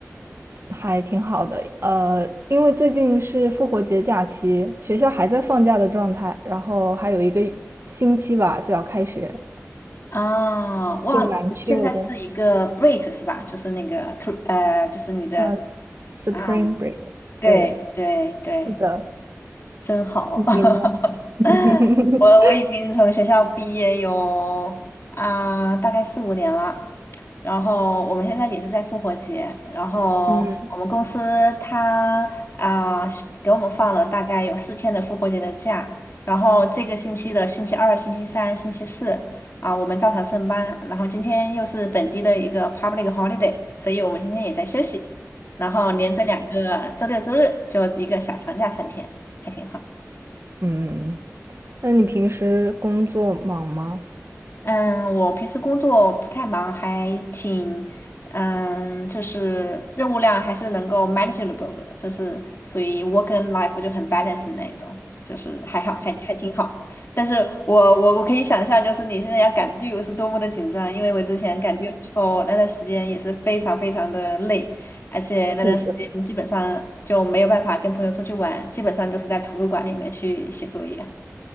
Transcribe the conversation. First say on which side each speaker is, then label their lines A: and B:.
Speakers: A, on the right; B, on the left.
A: 还挺好的。呃，因为最近是复活节假期，学校还在放假的状态，然后还有一个星期吧就要开学，
B: 啊，哇，
A: 就蛮 chill
B: 现在是一个
A: 的。
B: break 是吧？就是那个 cr- 呃，就是你的，
A: 呃，Spring
B: 嗯，
A: Break，
B: 对对对，
A: 对，是的。
B: 真好。
A: 你呢？
B: <laughs>
A: <laughs>
B: 我我已经从学校毕业有啊、大概四五年了，然后我们现在也是在复活节，然后我们公司它啊、
A: 嗯
B: 是给我们放了大概有四天的复活节的假，然后这个星期的星期二、星期三、星期四啊、我们照常上班，然后今天又是本地的一个 public holiday，所以我们今天也在休息，然后连着两个周六周日就一个小长假三天，还挺好。
A: 嗯。那你平时工作忙吗？
B: 嗯，我平时工作不太忙，还挺，嗯，就是任务量还是能够 manageable 的，就是所以 work and life 就很 balance 那一种，就是还好，还还挺好。但是我我我可以想象，就是你现在要赶 due 是多么的紧张，因为我之前赶 due 的时候，那段时间也是非常非常的累，而且那段时间基本上就没有办法跟朋友出去玩，
A: 是，
B: 基本上就是在图书馆里面去写作业。